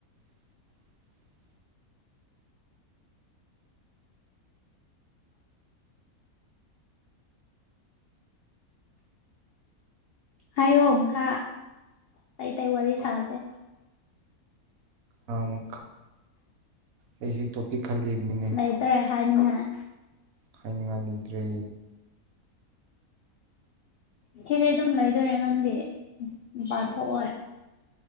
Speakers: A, on the right; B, on the left.
A: <inaudible>
B: ꯍꯥꯏꯌꯣ ꯃꯈꯥ ꯑꯇꯩ ꯑꯇꯩ ꯋꯥꯔꯤ ꯁꯥꯁꯦ
A: ꯃꯥ ꯑꯩꯁꯤꯦ ꯇꯣꯄꯤꯛ ꯈꯜꯂꯤꯕꯅꯤꯅꯦ
B: ꯂꯩꯇ꯭ꯔꯦ ꯍꯥꯏꯅꯤꯡꯉꯥꯏ
A: ꯍꯥꯏꯅꯤꯡꯉꯥꯏꯅꯤꯗ꯭ꯔꯦ
B: ꯁꯤꯗꯤ ꯑꯗꯨꯝ ꯂꯩꯗꯣꯏꯔꯥ ꯅꯪꯗꯤ ꯕꯥꯥꯟꯊꯣꯛꯑꯣ